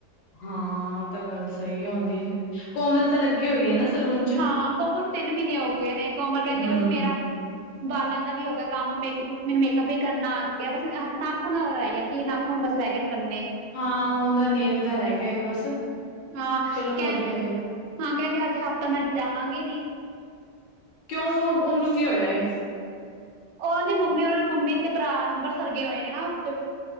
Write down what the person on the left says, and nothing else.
ਹਾਂ ਆ ਤਾਂ ਗੱਲ ਸਹੀ ਆਉਦੀ, ਕੋਮਲ ਤਾਂ ਲੱਗੀ ਹੋਈ ਐ ਨਾ ਸਲੂਨ। ਚ
ਹਮ
ਹਾਂ, ਉਹ ਦਾ ਨੇਲ ਦਾ ਰਹਿ ਗਿਆ ਹੀ ਬਸ।
ਚਲੋ
ਵਧੀਆ ਏ
ਕਿਉਂ, ਉਹਨੂੰ ਕੀ ਹੋਇਆ ਇਹ?